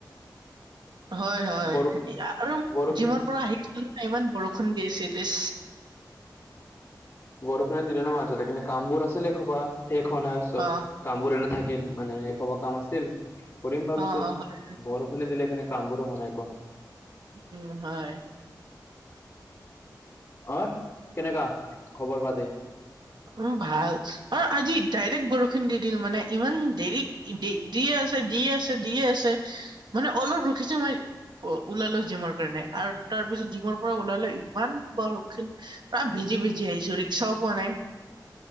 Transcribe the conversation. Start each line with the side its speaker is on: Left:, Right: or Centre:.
Right: হয় হয়।
Left: বৰষ
Right: আৰু
Left: বৰষুণ
Right: জিমৰ পৰা আহিছিলো ন ইমান বৰষুণ দি আছিল ইছ
Left: বৰষুণে দিলে ন মাজতে। কিন্ত কামবোৰ আছিলে খোপা, শেষ হোৱা নাই চব।
Right: অ
Left: কাম বোৰে নাথাকিল মানে এখোবা কাম আছিল, কৰিম ভাবিছিল
Right: অ অ হয়
Left: বৰ ষুণে দিলে কেনে কামবোৰো হোৱা নাই ক।
Right: উম হয়।
Left: অৰ কেনেকা খবৰ পাতি?
Right: উম ভাল। অৰ আজি ডাইৰেক্ট বৰষুণ দি দিল মানে, ইমান দেৰি দে দিয়ে আছে, দিয়ে আছে, দিয়ে আছে, মানে অলপ ৰখিছে মই অ ওলালো জিমৰ কাৰণে। আৰু তাৰ পিছত জিমৰ পৰা ওলালে ইমান বৰষুণ তাত ভিজি ভিজি আহিছো ৰিক্সাও পোৱা নাই।